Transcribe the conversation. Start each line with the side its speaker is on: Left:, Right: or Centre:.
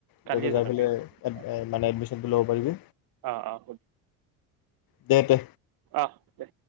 Right: কালিয়ে
Left: তই যাই
Right: জনাবি
Left: পেলাই
Right: অ
Left: মানে এডমিশ্যনটো ল'ব পাৰিবি
Right: অ অ
Left: দে তে
Right: অঁ দে